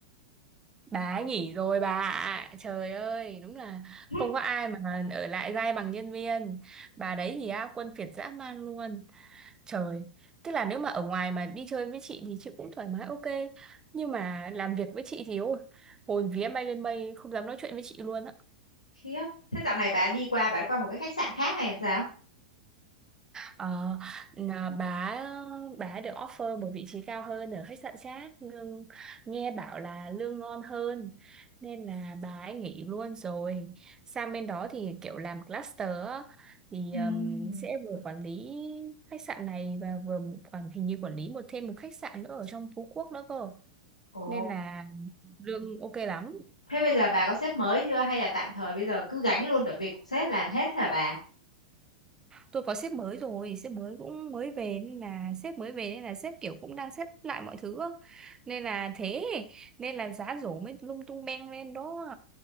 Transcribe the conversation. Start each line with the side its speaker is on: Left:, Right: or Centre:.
Right: bà ấy nghỉ rồi bà ạ. trời ơi đúng là
Left: <laughs>
Right: không có ai mà ở lại dai bằng nhân viên bà đấy thì á quân kiệt dã man luôn Trời, tức là nếu mà ở ngoài mà đi chơi với chị thì chị cũng thoải mái ok. Nhưng mà làm việc với chị thì ôi, hồn vía bay lên mây không dám nói chuyện với chị luôn á.
Left: Khiếp Thế dạo này bà đi qua bà đi qua một cái khách sạn khác hay làm sao
Right: Ờ, là bà bà được offer một vị trí cao hơn ở khách sạn khác, lương nghe bảo là lương ngon hơn nên là bà ấy nghỉ luôn rồi. Sang bên đó thì kiểu làm cluster á, thì
Left: Ừ
Right: ừm, sẽ vừa quản lý khách sạn này và vừa quản hình như quản lý một thêm một khách sạn nữa ở trong Phú Quốc nữa cơ
Left: Ồ
Right: nên là lương ok lắm
Left: Thế bây giờ bà có sếp mới chưa hay là tạm thời bây giờ cứ gánh luôn được việc của sếp làm hết thế hả bà
Right: tôi có sếp mới rồi sếp mới cũng mới về nên là sếp mới về nên là sếp kiểu cũng đang xếp lại mọi thứ á. nên là thế nên là giá rổ mới lung tung beng lên đó